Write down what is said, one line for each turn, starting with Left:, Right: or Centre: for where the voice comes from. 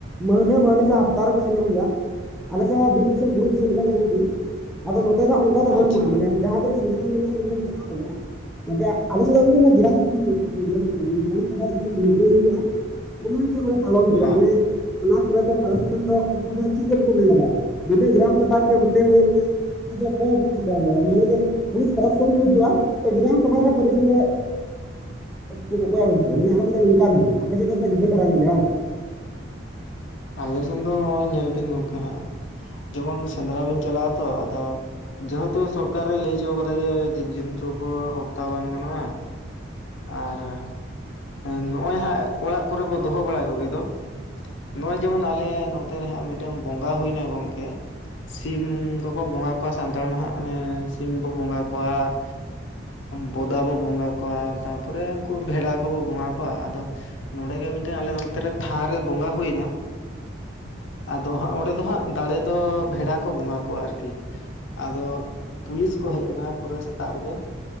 Centre: ᱢᱟᱹᱦᱱᱟᱹ, ᱢᱟᱹᱦᱱᱟᱹ ᱥᱮ ᱦᱟᱯᱛᱟ ᱨᱮᱠᱚ ᱥᱮᱱᱚᱜ ᱜᱮᱭᱟ ᱾ ᱟᱞᱮ ᱥᱮᱫ ᱦᱚᱸ ᱵᱤᱨ ᱫᱤᱥᱚᱢ, ᱵᱩᱨᱩ ᱫᱤᱥᱚᱢ ᱠᱟᱱ ᱜᱮᱭᱟ ᱜᱚᱝᱠᱮ ᱾ᱟᱫᱚ ᱱᱚᱛᱮ ᱫᱚ ᱦᱟᱸᱜ ᱚᱱᱠᱟ ᱫᱚ
Left: ᱟᱪᱪᱷᱟ
Centre: ᱵᱟᱹᱱᱩᱜ-ᱟ, ᱢᱟᱱᱮ ᱡᱟᱦᱟᱸ ᱛᱨᱤᱥ ᱥᱮᱸᱫᱽᱨᱟᱢ ᱢᱮᱱᱟ ᱤᱧ ᱦᱚᱧ‌ ᱪᱟᱞᱟᱣ ᱫᱟᱲᱮᱜ-ᱟ᱾ ᱜᱚᱝᱠᱮ‌ ᱟᱞᱮ ᱥᱮᱫ ᱫᱚ ᱚᱱᱮ ᱪᱚᱧ ᱞᱟᱹᱭᱟᱢ ᱜᱤᱨᱟᱢ ᱥᱟᱵᱷᱟ ᱦᱩᱭᱩᱜ ᱜᱮᱭᱟ, ᱢᱟᱱᱮ ᱜᱤᱨᱟᱢ ᱥᱟᱵᱷᱟ ᱢᱟᱱᱮ ᱜᱤᱨᱟᱢ ᱥᱟᱵᱷᱟ ᱨᱮ ᱡᱟᱦᱟᱸ ᱱᱟᱜ ᱱᱤᱨᱱᱟᱹᱭ ᱦᱩᱭᱩᱜ-ᱟ᱾ ᱩᱱᱟ ᱡᱮ ᱵᱚᱭᱦᱟ ᱢᱟᱱᱮ ᱯᱟᱞᱚᱱ ᱦᱩᱭᱩᱜ-ᱟ
Left: ᱦᱮᱸ
Centre: ᱢᱟᱱᱮ ᱛᱷᱟᱱᱟ ᱠᱚᱨᱮ ᱯᱨᱚᱥᱟᱥᱚᱱ ᱫᱚ ᱩᱱᱠᱩ ᱫᱚ ᱪᱤᱜ ᱜᱮ ᱵᱟᱠᱚ ᱢᱮᱱ ᱫᱟᱲᱮᱜᱼᱟ, ᱵᱤᱱᱟᱹ ᱜᱤᱨᱟᱢ ᱥᱟᱵᱷᱟ ᱠᱮ‌ ᱦᱚᱛᱮ‌ ᱦᱩᱭᱮ ᱢᱟᱱᱮ ᱟᱫᱚ ᱠᱚᱭ ᱵᱩᱱ ᱪᱤᱠᱟᱭ ᱭᱟ ᱢᱟᱱᱮ ᱡᱮ ᱯᱩᱞᱤᱥ ᱯᱨᱟᱥᱥᱚᱱ ᱠᱚ ᱦᱤᱡᱩᱜ-ᱟ ᱛᱚ, ᱜᱤᱨᱟᱢ ᱥᱟᱵᱷᱟ ᱨᱮ ᱯᱚᱨᱤᱪᱚᱭ ᱞᱮ ᱩᱱᱠᱩ ᱠᱚᱠᱚᱭᱟ ᱜᱚᱝᱠᱮ, ᱢᱟᱱᱮ ᱟᱞᱮ ᱥᱮᱜ ᱫᱚ ᱱᱚᱝᱠᱟ ᱢᱮᱱᱟᱜ-ᱟ᱾ ᱟᱯᱮ ᱥᱮᱜ ᱫᱚ ᱡᱩᱫᱟᱹ ᱫᱷᱟᱨᱟ ᱜᱮᱭᱟ ᱵᱟᱝ ᱾
Left: ᱟᱞᱮ ᱥᱮᱱ ᱫᱚ ᱱᱚᱜ-ᱚᱭ ᱧᱮᱞ ᱵᱤᱱ ᱜᱚᱝᱠᱮ ᱦᱟᱸᱜ, ᱡᱮᱢᱚᱱ ᱥᱮᱸᱫᱽᱨᱟ ᱵᱤᱱ ᱪᱟᱞᱟᱜᱼᱟ ᱛᱚ, ᱟᱫᱚ ᱡᱮ ᱦᱮᱛᱩ ᱥᱚᱨᱠᱟᱨᱮ ᱞᱟᱹᱭ ᱪᱩᱣ ᱠᱟᱫᱟ ᱡᱮ ᱡᱤᱵᱽ ᱡᱚᱱᱛᱩ ᱠᱚ ᱦᱚᱛᱛᱟ ᱵᱟᱝ ᱜᱟᱱᱚᱜ-ᱟ ᱟᱨ ᱮᱸ ᱱᱚᱜ-ᱚᱭ ᱦᱟᱸᱜ ᱚᱲᱟᱜ ᱠᱚᱨᱮ ᱵᱚ ᱫᱚᱦᱚ ᱵᱟᱲᱟ ᱠᱚᱜᱮ ᱫᱚ ᱱᱚᱜ-ᱚᱭ ᱡᱮᱢᱚᱱ ᱟᱞᱮ ᱱᱚᱛᱮ ᱨᱮᱦᱟᱸᱜ ᱢᱤᱫᱴᱟᱱ ᱵᱚᱸᱜᱟ ᱦᱩᱭ ᱱᱟᱭ ᱜᱚᱝᱠᱮ ᱾ ᱥᱤᱢ ᱠᱚᱠᱚ ᱵᱚᱸᱜᱟ ᱠᱚᱣᱟ ᱥᱟᱱᱛᱟᱲ ᱢᱟ ᱦᱟᱸᱜ ᱚᱱᱮ ᱥᱤᱢ ᱵᱚ ᱵᱚᱸᱜᱟ ᱠᱚᱣᱟ ᱾ ᱵᱚᱫᱟ ᱵᱚ ᱵᱚᱸᱜᱟ ᱠᱚᱣᱟ ᱛᱟᱯᱚᱨᱮ ᱩᱱᱠᱩ ᱵᱷᱮᱲᱟ ᱠᱚᱵᱚ ᱵᱚᱸᱜᱟ ᱠᱚᱣᱟ ᱟᱫᱚ ᱱᱚᱰᱮ ᱜᱮ ᱢᱤᱫᱴᱮᱱ ᱟᱞᱮ ᱱᱚᱱᱛᱨᱮ ᱛᱷᱟᱱ ᱨᱮ ᱵᱚᱸᱜᱟ ᱦᱩᱭᱱᱟ᱾ ᱟᱫᱚ ᱦᱟᱸᱜ ᱚᱸᱰᱮ ᱫᱚ ᱦᱟᱸᱜ ᱫᱟᱲᱮ ᱫᱚ ᱵᱷᱮᱰᱟ ᱠᱚ ᱵᱚᱸᱜᱟ ᱠᱚᱣᱟ ᱟᱨᱠᱤ᱾ ᱟᱫᱚ ᱯᱩᱞᱤᱥ ᱠᱚ ᱦᱮᱡ ᱮᱱᱟ ᱯᱩᱨᱟᱹ ᱥᱮᱛᱟᱜ ᱨᱮᱜᱮ